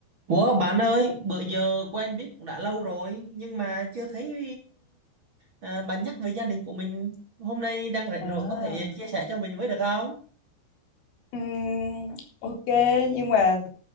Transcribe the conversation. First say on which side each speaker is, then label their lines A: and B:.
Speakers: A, on the right; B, on the left.
A: Ủa bạn ơi, bữa giờ quen biết cũng đã lâu rồi nhưng mà chưa thấy à, bạn nhắc về gia đình của mình. Hôm nay đang rảnh
B: à
A: rồi có thể chia sẻ cho mình với được không?
B: Ừm, ok nhưng mà